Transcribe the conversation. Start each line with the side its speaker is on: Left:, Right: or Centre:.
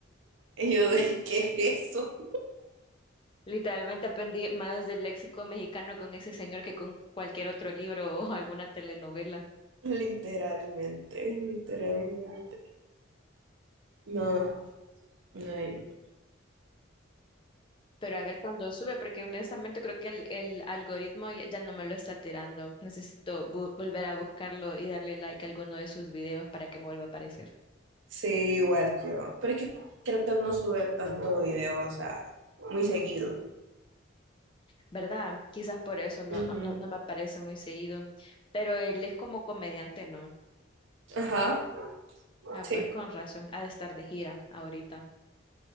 Right: Y yo de <laughs> qué es eso,
Left: Literalmente aprendí más del léxico mexicano con ese señor que con cualquier otro libro <laughs> o alguna telenovela.
Right: literalmente, literalmente. No, ay, no.
Left: Pero a ver cuándo sube, porque honestamente creo que el, el algoritmo ya, ya no me lo está tirando. Necesito bu- volver a buscarlo y darle like a alguno de sus videos para que me vuelva a aparecer.
Right: Sí, igual yo. Pero es que creo que él no sube tanto video, o sea, muy seguido.
Left: ¿Verdad? Quizás por eso no,
Right: Ujú.
Left: no, no, no me aparece muy seguido. Pero él es como comediante, ¿no?
Right: Ajá,
Left: Ah,
Right: sí,
Left: pues con razón. Ha de estar de gira ahorita.